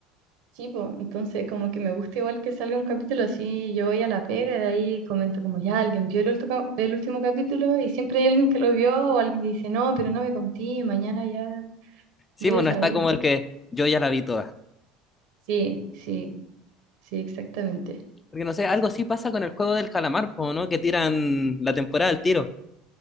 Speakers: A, on the right (about 70°); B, on the left (about 25°).
A: Sí, pues, entonces como que me gusta igual que salga un capítulo así, yo voy a la pega y de ahí comento como ya alguien vio el, ulto cap- el último capítulo y siempre hay alguien que lo vio o alguien que dice no, pero no me conté, mañana ya
B: Sí,
A: voy
B: pues
A: a
B: no
A: saber.
B: está como el que yo ya la vi toda.
A: Sí, sí, sí, exactamente.
B: Porque no sé,
A: Sí.
B: algo así pasa con el juego del calamar, po, ¿no? Que tiran la temporada al tiro